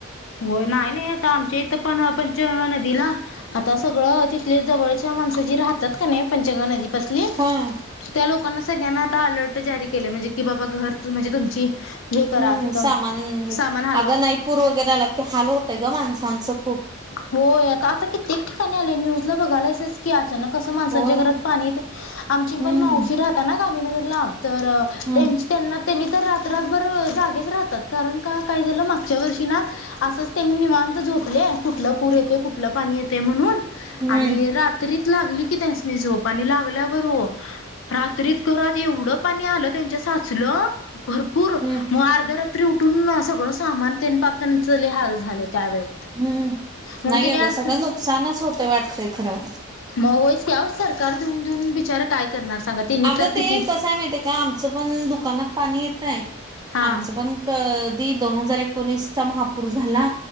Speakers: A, on the left (about 75°); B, on the right (about 20°).
A: होय नाही नाही आता आमच्या, इथं पण पंचगंगा नदीला आता सगळं तिथले जवळचे त्या माणसं जी राहत्यात कनी पंचगंगा नदी पसली
B: होय.
A: त्या लोकांना सगळ्यांना, आता अलर्ट जारी केलय म्हणजे कि बाबा घर त म्हणजे तुमची हे करा
B: हम्म
A: तिथं
B: सामान
A: सामान हलवा.
B: अगं नाही पूर वगैरे, आला की हाल होतय ग माणसांचं खूप.
A: होय आता आता कित्येक ठिकाणी. आलय न्यूजला बघायलायस की अचानक कस माणसांच्या
B: होय
A: घरात पाणी त आमची
B: हम्म
A: पण मावशी राहता ना, गांधीनगरला तर
B: हम्म
A: त्यांच त्यांना त्यांनी तर रात्र रात्रभर जागेच राहतात. कारण का काय झालं मागच्या वर्षी ना, असंच त्यांनी निवांत झोपले कुठला पूर येतय कुठलं पाणी येते म्हणून
B: हम्म
A: आणि रात तरी त लागली की त्यांसनी झोप आणि लागल्यावर ओ रात्रीत घरात एवढं पाणी आलं त्यांच्या साचलं भर पुूर
B: हम्म
A: म अर्ध्या रात्री उठून सगळं, सामान तेन पाप त्यांच लय हाल झालं त्यावेळी.
B: हम्म
A: म्हणून
B: नाही
A: त्याने
B: अगं
A: आता
B: सगळं नुकसानच होतंय वाटतंय खरं.
A: म होय की आवो सरकार देऊन, देऊन बचार काय करणार सांगा? त्यांनी
B: अगं
A: तर
B: ते
A: किती
B: कसंय माहिते का आमचं, पण दुकानात पाणी येतय
A: हा
B: आमचं पण. त दी दोन हजार एकोणीसचा, महापूर झाला